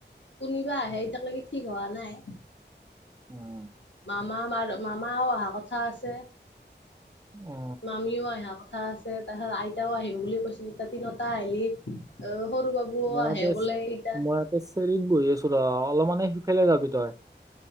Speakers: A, on the left; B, on the right.
A: কোনিবা আহে এতিয়াক লাগি ঠিক হোৱা নাই।
B: উম
A: মামা মাৰ মামাও অহা কথা আছে
B: অ
A: মামীও আহাক কথা আছে তাৰপিছত আইতাও আহিম বুলি কৈছিল তিনিওটা আহিলি অ', সৰু বাবু
B: মই
A: আহে
B: ইয়াতে
A: বোলে ইতা
B: মই ইয়াতে চেৰিত বহি আছো অলপমানে সিফালে যাবি তই